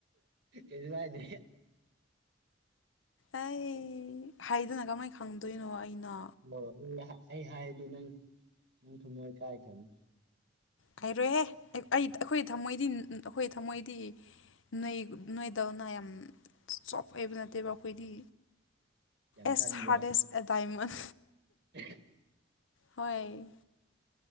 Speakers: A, on the right (about 60°); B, on the left (about 75°).
A: ꯀꯩꯁꯨ ꯍꯥꯏꯗꯦ
B: ꯑꯩ ꯍꯥꯏꯗꯅ ꯀꯃꯥꯏꯅ ꯈꯪꯗꯣꯏꯅꯣ ꯑꯩꯅꯣ
A: ꯑꯩ ꯑꯩ ꯍꯥꯏꯗꯤ ꯅꯪ ꯅꯪ ꯊꯨꯝꯃꯣꯏ ꯀꯥꯏꯈꯔꯅꯤ
B: ꯀꯥꯏꯔꯣꯏꯍꯦ ꯑꯩ ꯑꯩꯈꯣꯏ ꯊꯝꯃꯣꯏꯗꯤ ꯑꯩꯈꯣꯏ ꯊꯝꯃꯣꯏꯗꯤ ꯅꯣꯏ ꯅꯣꯏꯗꯧꯅ ꯌꯥꯝ ꯁꯣꯐ ꯑꯣꯏꯕ ꯅꯠꯇꯦꯕ ꯑꯩꯈꯣꯏꯗꯤ
A: ꯌꯥꯝ
B: ꯑꯦꯁ
A: ꯀꯟꯕ꯭ꯔꯣ
B: ꯍꯥꯔꯗꯦꯁ ꯑꯦ ꯗꯥꯥꯏꯃꯟ
A: <inaudible>
B: ꯍꯣꯏ